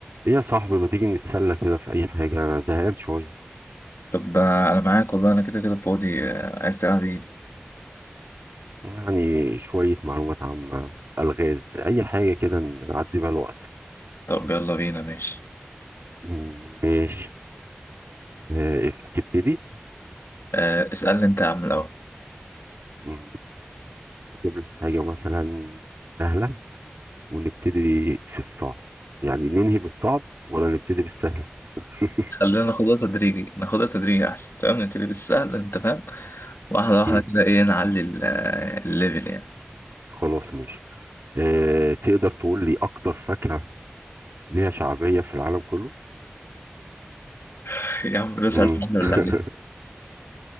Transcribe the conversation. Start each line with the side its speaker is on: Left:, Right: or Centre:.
Right: ايه يا صاحبي ما تيجي نتسلى كده في اي حاجة انا زهقان شوية
Left: طب آه، انا معاك والله انا كده كده فاضي آه، عايز تلعب ايه
Right: يعني شوية معلومات عامة الغاز اي حاجة كده نعدي بيها الوقت
Left: طب يلا بينا ماشي
Right: م- ماشي آه، تبتدي
Left: آه، اسألني انت يا عم الاول
Right: م- نجيب لك حاجة مثلا سهلة ونبتدي في الصعب يعني ننهي بالصعب ولا نبتدي بالسهل <laughs>
Left: خلينا ناخدها تدريجي ناخدها تدريجي احسن تمام نبتدي بالسهل انت فاهم واحدة واحدة
Right: م،
Left: كده ايه نعلي ال- آه، الليفل يعني
Right: خلاص ماشي آه، تقدر تقول لي اكتر فاكهة ليها شعبية في العالم كله
Left: <laughs> يا عم بسأل
Right: م.
Left: سهل ولا
Right: <laughs>
Left: عليك